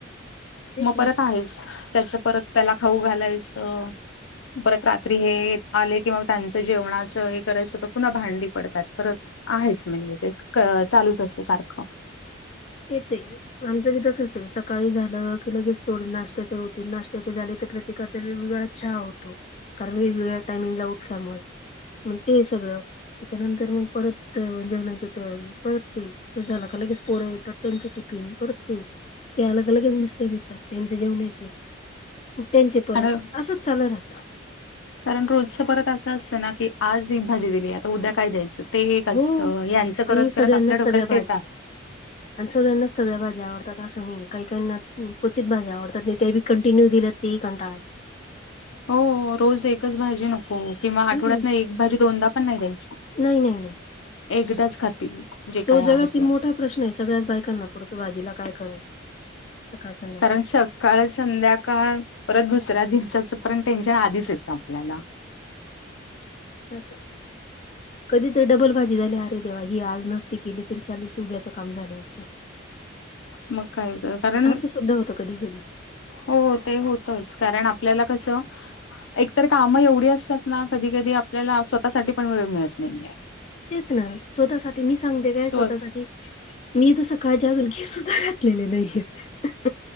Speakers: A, on the left; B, on the left.
A: तेच
B: मग
A: ना
B: परत आहेस, त्याच परत त्याला खाऊ घालायचं. परत रात्री हे आले कि म त्यांचं जेवणाचं हे करायचं पुन्हा भांडी पडतात परत आहेच म्हणजे ते क चालूच असतं सारखं
A: तेचं आमचं बी तसचं ये सकाळी झालं लगेचं तेवढे नाश्त्याचे होते, नाश्त्याचे झाले तर प्रत्येकाचा वेगवेगळा चहा होतो. कारण वेगवेगळ्या टाइमिंगला उठल्यामुळे, मग ते सगळं त्याच्यानंतर मग परत अ जेवणाची तयारी परत ते, ते झालं का लगेच पोरं येतात. त्यांची टिफिन. परत ते, ते अलग अलगेच मिस्टर येतात त्यांचे जेवणाची त्यांचे परत,
B: आणि
A: असंच चालू राहतं.
B: कारण रोजचं परत असं असतं ना की, आज ही भाजी दिली आता उद्या काय द्यायचं. तेन एक असं
A: हो
B: यांचं करत
A: आणि
B: करत
A: सगळ्यांनाच
B: आपल्या डोक्याला
A: सगळ्या भाज्या
B: टेता
A: आणि सगळ्यांनाच सगळ्या भाज्या आवडतात असं नाही कायी कायीना क्वचित भा आवतात तेींटिन्यू दिले तेी कंटा.
B: हो रोज एकच भाजी नको. किंवा आठवड्यात
A: हम्म
B: ना एक भाजी दोनदा पण नाही द्यायची
A: नाही नाही नाही
B: एकदाच खातील. जे
A: तो
B: काय
A: जगातील
B: आहे ते
A: मोठा प्रश्न आहे सगळ्याच बायकांना पडतो भाजीला काय करायचं. सकाळ संध्याकाळ
B: कारण सव काळ संध्याकाळ परत दुसऱ्या दिवसाचं पर्ण टेन्शन आधीच येतं आपल्याला.
A: तसं. कधीतरी डबल भाजी झाली अरे देवा ही आज नसती केली तरी चालेस उद्याचं काम झालं असतं.
B: मकाय क कारण
A: असं सुद्धा होतं कधी कधी
B: हो ते होतच कारण आपल्याला कसं एकतर काम एवढी असतात. ना कधी कधी आपल्याला स्वतःसाठी पण वेळ मिळत नाहीेये.
A: तेच ना स्वतःसाठी मी सांगते काय
B: स्व
A: स्वतःसाठी मी जस काळजी अजून घेतध. लेले नाही आहेत.